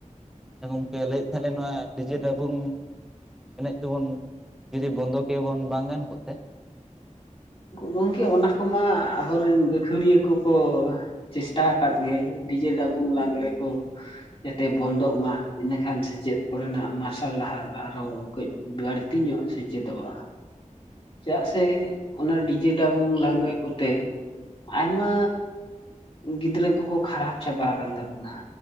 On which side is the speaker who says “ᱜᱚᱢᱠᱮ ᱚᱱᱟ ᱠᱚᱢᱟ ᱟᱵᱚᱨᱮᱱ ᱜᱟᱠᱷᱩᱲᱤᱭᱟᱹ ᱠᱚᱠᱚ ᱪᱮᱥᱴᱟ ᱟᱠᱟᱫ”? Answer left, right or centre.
Left